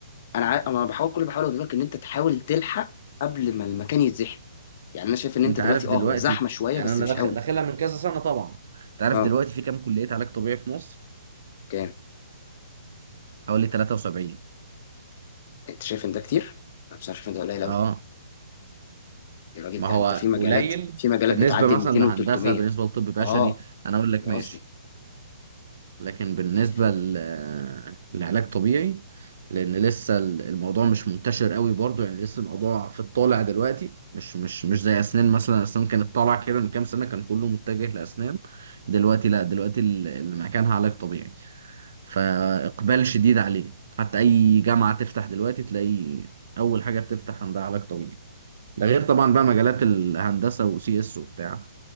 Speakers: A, on the left; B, on the right.
A: انا عا... انا بحاول كل بحاول اقول لك ان انت تحاول تلحق قبل ما المكان يتزحم يعني انا شايف ان
B: انت
A: انت دلوقتي
B: عارف
A: اه
B: دلوقتي
A: هو زحمه شويه
B: يعني
A: بس
B: انا
A: مش
B: داخ-
A: قوي
B: داخلها من كذا سنه طبعا انت عارف
A: اه
B: دلوقتي في كام كليه علاج طبيعي في مصر
A: كام
B: حوالي 73
A: انت شايف ان ده كتير انا بصراحه شايف ان ده قليل قوي
B: اه
A: يا راجل
B: ما
A: ده
B: هو
A: انت في مجالات
B: قليل
A: في مجالات
B: بالنسبه
A: بتعدي
B: مثلا
A: 200
B: لهندسه
A: و300
B: بالنسبه لطب بشري
A: اه
B: انا اقول لك
A: ده
B: ماشي
A: قصدي
B: لكن بالنسبة
A: يعني في
B: ل- لعلاج طبيعي لأن لسه ال- الموضوع مش منتشر قوي برضو يعني لسه الموضوع في الطالع دلوقتي مش مش مش
A: م-
B: زي أسنان مثلا أسنان كانت طالعة كده من كام سنة كان كله متجه لأسنان دلوقتي
A: م.
B: لا دلوقتي ال- اللي مكانها علاج طبيعي فإقبال شديد عليه حتى أي جامعة تفتح دلوقتي تلاقي أول حاجة بتفتح عندها علاج طبيعي ده غير طبعا بقى مجالات الهندسة وسي اس وبتاع